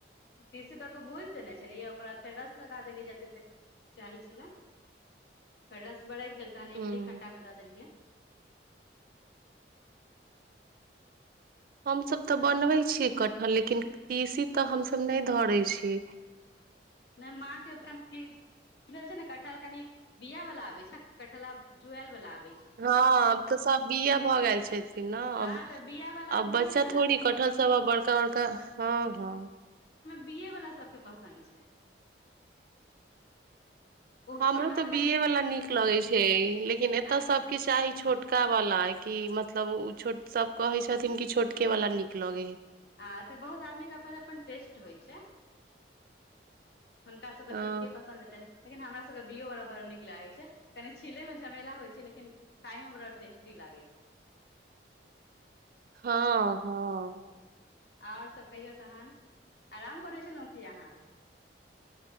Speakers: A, on the left (about 60°); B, on the right (about 50°).
A: तीसे दऽ कऽ भोज देने छलियै ओकर बाद फेर रस लगा देलिय जते चाही छलैय फेर रस बरगि गेल तहन
B: हूँ
A: इमली खट्टा मे दऽ देलियै
B: हमसब तऽ बनबै छीयै कटहल लेकिन तीसी तऽ हमसब नहि धरैत छी
A: नहि माँ के जील छै ने कठहल कनि बिया वालला आबे छै कठहल जुएल वालला आ
B: हँ आब तऽ सब बिए भऽ गेल छथिन ने
A: हँ
B: अब
A: तऽ बिया वाला
B: आ बच्चा
A: होइ छै
B: थोड़ी
A: ने
B: कटहल सब आ बड़का बड़का हँ हँ
A: बिए वाला सबके पसंद छै ओ
B: हमरो
A: छोटा
B: तऽ
A: वाला
B: बीए वला नीक लगैत छै लेकिन एतय
A: अच्छा
B: सभके चाही छोटका वाला कि मतलब ओ छोट सभ कहैय छथिन कि छोटकेवला नीक लगै हइ
A: आछऽ बहुत आदमीके अपन अपन टेस्ट होइ छै हुनका सभकेँ
B: हँ
A: छोटके पसन्द हेतनि लेकिन हमर सभके बीए बड़ा बड़ नीक लागे छै कनी छीले में झमेला होइ छै लेकिन खाय में बड़ा टेस्टी लागे छै <inaudible>
B: हँ हँ
A: आओर सभ कहियौ तखन आराम करै छलहुँ की अहाँ